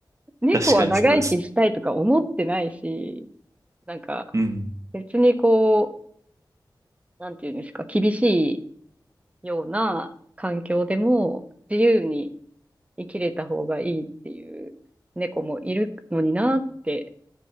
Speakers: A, on the right (about 15°); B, on the right (about 40°).
A: 猫は長生きしたいとか思ってないし、
B: 確かにそうです。
A: なんか
B: うん。
A: 別にこう、なんていうんですか、厳しいような環境でも自由に生きれた方がいいっていう猫もいるのになって